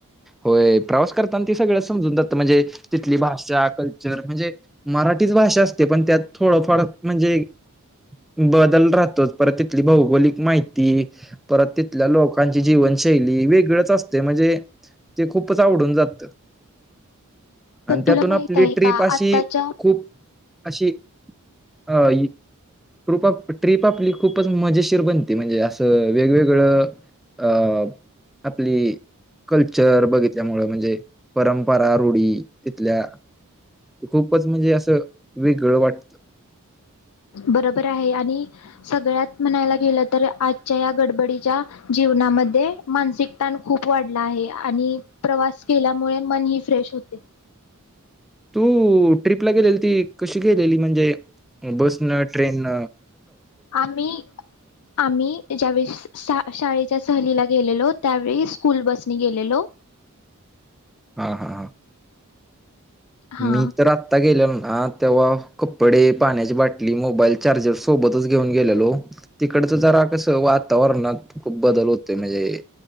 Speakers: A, in the centre; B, on the left (about 80°).
A: होय प्रवास करताना ती सगळं समजून जात म्हणजे तिथली भाषा कल्चर म्हणजे मराठीच भाषा असते पण त्यात थोडं फार म्हणजे बदल राहतोच. परत तिथली भौगोलिक माहिती परत तिथल्या लोकांची जीवनशैली वेगळच असतय म्हणजे ते खूपच आवडून जात. आणि
B: पण
A: त्यातून
B: तुला माहित
A: आपली
B: आहे
A: ट्रिप
B: का
A: अशी
B: आत्ताच्या
A: खूप अशी अ टुप ट्रिप आपली खूपच मजेशीर बनते. म्हणजे असं वेगवेगळं अ आपली कल्च चर बघितल्यामु म्हणजे परंपरा रूढी तिथल्या खूपच म्हणजे असं वेगळं वाटत.
B: बरोबर आहे आणि सगळ्यात म्हणायला गेलं तर आजच्या या गडबडीच्या जीवनामध्ये मानसिक ताण खूप वाढला आहे आणि प्रवास केल्यामुळे मनही फ्रेश होते.
A: तू ट्रिपला गेलेली ती कशी गेलीली म्हणजे बसन, ट्रेनन
B: आम्ही आम्ही ज्यावेळेस शाळे शाळे च्या सहलीला गेलेलो त्यावेळी स्कूल बसनी गेलेलो.
A: हा हा हा
B: हा
A: मी तर आत्ता गेले हा तेव्हा कपडे, पाण्याची बाटली, मोबाईल, चार्जर सोबतच घेऊन गेलेलो तिकडच जरा कसं वातावरणात खूप बदल होतोय म्हणजे